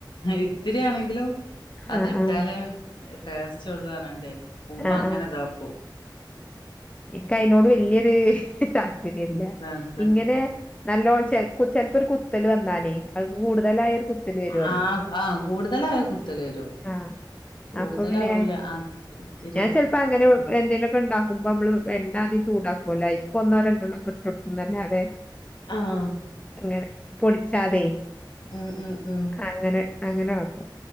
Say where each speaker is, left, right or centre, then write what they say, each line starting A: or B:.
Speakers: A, on the left; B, on the left.
A: ഇത്തിരിയാണെങ്കിലും അത്
B: ആഹ് ആഹ്
A: ഇട്ടാലെ
B: ആഹ്
A: എ ടേസ്റ്റ് ഉള്ളു പറഞ്ഞുങ്ങാണ്ടെ ഉമ്മ
B: ആഹ്
A: അങ്ങനെ ഇതാക്കും
B: എൻക്ക് അതിനോട് വെല്യൊരു താല്പര്യല്ല
A: താല്പര്യം
B: ഇങ്ങനെ നല്ലോ ചെ ചെലപ്പോ ഒരു കുത്തല് വന്നാലേ അത് കൂടുതലായാൽ ഒരു കുത്തല് വരുവല്ലോ
A: ആ ആ കൂടുതലായ കുത്തല് വരും
B: ആഹ്
A: കൂടുതലാവൂല
B: അപ്പൊ പിന്നെ
A: ആ ഇത്തിരി
B: ഞാൻ
A: ഇടും
B: ചെലപ്പോ അങ്ങനെ എന്തെങ്കലുമൊക്കെ ഉണ്ടാക്കുമ്പോ നമ്മള് വേണ്ട ആദ്യം ചൂടാക്കുവല്ലോ അയിക്ക് ഒന്നോ രണ്ടെണ്ണക്കെ ഇട്ട് കൊടുക്കുന്നല്ലാതെ
A: ആഹ്
B: അങ്ങനെ പൊടിച്ചാതെ
A: ഉം ഉം ഉം
B: അങ്ങനെ അങ്ങനെ വെക്കും